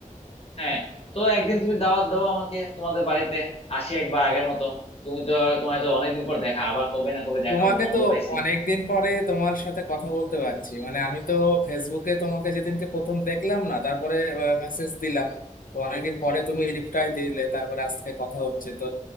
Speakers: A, on the left; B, on the left.
A: হ্যাঁ তো একদিন তুমি দাওয়াত দাও আমাকে তোমাদের বাড়িতে আসি একবার আগের মতো তুমি তো তোমার তো অনেকদিন পর দেখা আবার কবে না কবে দেখা
B: তোমাকে
A: হবে বন্ধ
B: তো
A: পাইছি
B: অনেকদিন পরে তোমার সাথে কথা বলতে পারছি মানে আমি তো ফেসবুকে তোমাকে যেদিনকে প্রথম দেখলাম না তারপরে মেসেজ দিলাম তো অনেকদিন পরে তুমি রিপ্লাই দিলে তারপরে আজকে কথা হচ্ছে তো